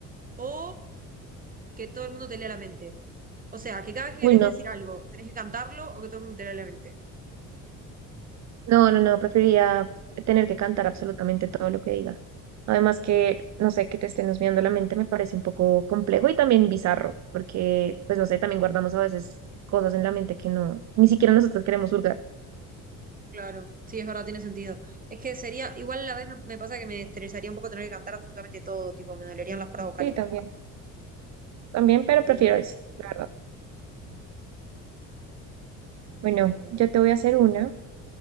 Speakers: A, on the right; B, on the right.
A: o que todo el mundo te lea la mente? O sea, que cada vez que
B: Uy,
A: querés
B: no,
A: decir algo, tenés que cantarlo o que todo el mundo te lea la mente.
B: no, no, no, preferiría tener que cantar absolutamente todo lo que diga. Además que, no sé, que te estén husmeando la mente me parece un poco complejo y también bizarro, porque, pues, no sé, también guardamos a veces cosas en la mente que no, ni siquiera nosotros queremos hurgar.
A: Claro, sí, es verdad, tiene sentido. Es que sería, igual a la vez me me pasa que me estresaría un poco tener que cantar absolutamente todo, tipo, me dolerían las cuerdas vocales.
B: Sí, también, también, pero
A: Bueno,
B: prefiero ese, la verdad.
A: a ver.
B: Bueno, yo te voy a hacer una.